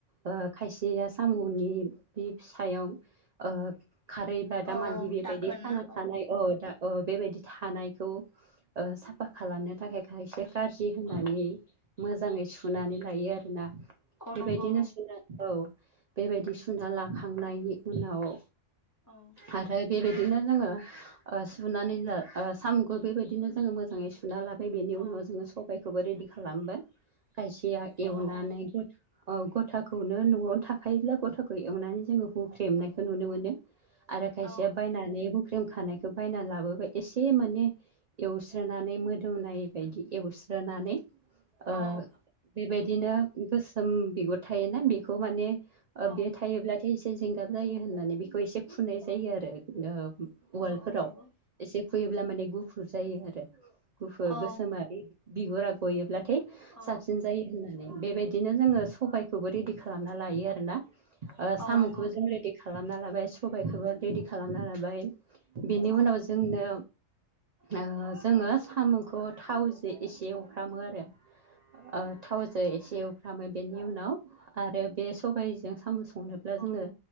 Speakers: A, on the right (about 75°); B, on the left (about 25°).
A: ओ खायसेया सामनि बि फिसायाव ओ खारै बा दामालि
B: औ
A: बेबायदि
B: दाखोन
A: खाना
B: ना
A: थानाय औ दा ओ बेबायदि थानायखौ ओ साफा खालामनो थाखाय खायसे कारज जि होनानै
B: औ
A: मोजाङै सुनानै लायो आरोना
B: औ
A: बेबायदिनो
B: नंगौ
A: सुना औ बेबायदि सुना लाखांनायनि उनाव
B: औ।
A: आरो बेबायदिनो जोङो ओ सुनानै ओ साम'खौ बेबायदिनो जोङो मोजाङै सु सुना लाबाय बेनि
B: औ
A: उनाव जोङो सबायखौबो रेडि खालामबाय। खायसेया एवनानै
B: औ औ
A: औ गथाखौनो न'आवनो थाखायोब्ला गथाखौ एवनानै जोङो हुख्रेमनायखौ नुनो मोनो आरो खायसेया
B: औ
A: बायनानै बुख्रेम खानायखौ बायनानै लाबोबाय एसे माने एवस्रोनानै मोदोमनाय बायदि एवस्रोनानै
B: औ
A: ओ बेबायदिनो गोसोम बिगुर थायोना बेखौ माने
B: औ
A: बे थायोब्लाथाय एसे जेंगाब जायो होननानै बेखौ एसे खुनाय जायो आरो उवालफोराव
B: औ नंगौ
A: एसे खुयोब्ला माने गुफुर जायो आरो गुफुर
B: औ
A: गोसोमा बिगुरा गयोब्लाथाय
B: औ
A: साबसिन जायो होनना माने बेबायदिनो जोङो सबबायखौबो रेडि खालामना लायो आरोना
B: औ
A: साम'खौबो
B: नंगौ
A: जों रेडि खालामना लाबाय सबायखौबो रेडि खालामना लाबाय बिनि
B: औ
A: उनाव जोंनो ओ जोङो साम'खौ थावजों एसे एवफ्रामो आरो ओ थावजों
B: औ
A: एसे एवफ्रामो बेनि उनाव आरो बे सबायजों साम'स संनोब्ला जोङो
B: औ